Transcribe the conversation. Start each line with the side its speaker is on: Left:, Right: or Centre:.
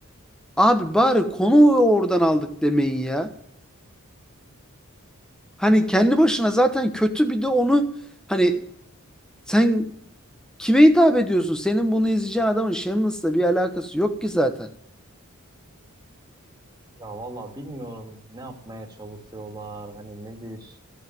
Centre: abi bari konu oradan aldık demeyin ya. Hani kendi başına zaten kötü bir de onu hani sen kime hitap ediyorsun? Senin bunu izleyeceğin adamın Shameless'la bir alakası yok ki zaten.
Right: Ya valla bilmiyorum ne yapmaya çalışıyorlar, hani nedir,